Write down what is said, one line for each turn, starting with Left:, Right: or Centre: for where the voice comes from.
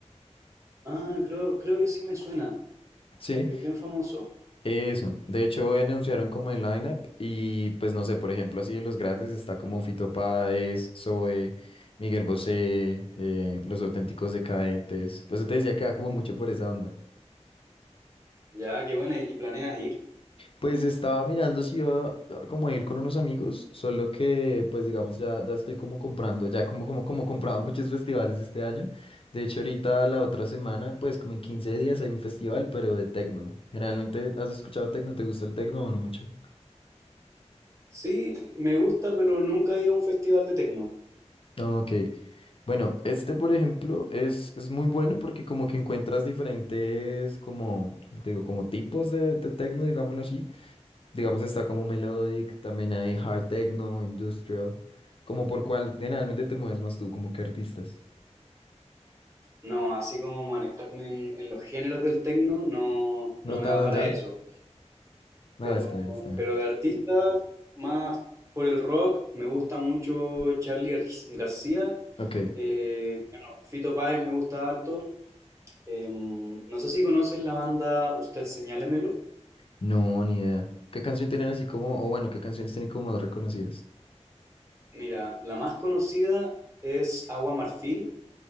Right: Ah, creo, creo que sí me suena,
Left: Sí.
Right: es bien famoso.
Left: Eso, de hecho hoy anunciaron como el lineup y pues no sé, por ejemplo, así de los grandes está como Fito Páez, Zoe, Miguel Bosé, eh, Los Auténticos Decadentes. Pues yo te decía que va como mucho por esa onda.
Right: Ya, qué buena, ¿y planeas ir?
Left: Pues estaba mirando si iba a- como a ir con unos amigos, solo que pues digamos ya, ya estoy como comprando, ya como, como, como comprado <laughs> muchos festivales este año. De hecho ahorita la otra semana, pues como en 15 días hay un festival, pero de tecno. Generalmente, ¿has escuchado tecno? ¿Te gusta el tecno o no mucho?
Right: Sí, me gusta, pero nunca he ido a un festival de tecno.
Left: Ok. Bueno, este, por ejemplo, es, es muy bueno porque como que encuentras diferentes, como, como te digo, como tipos de, de techno, digámoslo así. Digamos, está como melodic, también hay hard techno, industrial, como por cuál generalmente te mueves más tú, como que artistas.
Right: No, así como manejarme en, en los géneros del techno no, no
Left: No
Right: me
Left: tan
Right: da
Left: allá.
Right: para eso.
Left: No,
Right: Pero,
Left: está bien, está bien.
Right: pero de artistas, más por el rock, me gusta mucho Charlie Gar- García.
Left: Ok.
Right: eh, bueno, Fito Páez me gusta harto. Em, no sé si conoces la banda Usted Señálemelo.
Left: No, ni idea. ¿Qué canción tienen así como, o bueno, qué canciones tienen como más reconocidas?
Right: Mira, la más conocida es Agua Marfil,